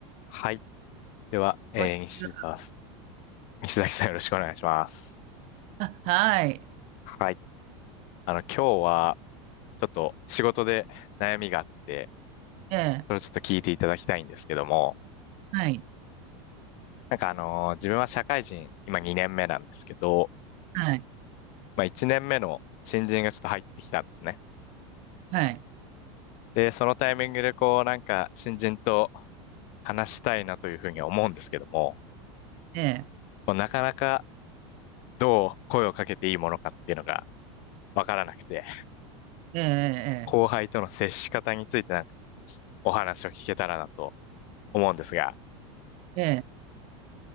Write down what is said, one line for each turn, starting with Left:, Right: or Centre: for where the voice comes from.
Left: はい。では、えー、
Right: こんにちは。
Left: 西澤す、西崎さんよろしくお願いします。
Right: あ、はい。
Left: はい。あの、今日は、ちょっと仕事で悩みがあって、
Right: ええ、
Left: それをちょっと聞いていただきたいんですけども、
Right: はい。
Left: なんかあのー自分は社会人、今2年目なんですけど、
Right: はい。
Left: まあ1年目の新人がちょっと入ってきたんですね。
Right: はい。
Left: で、そのタイミングでこう、なんか新人と話したいなというふうに思うんですけども、
Right: ええ、
Left: こうなかなかどう声をかけていいものかっていうのがわからなくて、
Right: ええ、
Left: 後輩との接し方についてなんか、お話を聞けたらなと思うんですが。
Right: ええ。ええ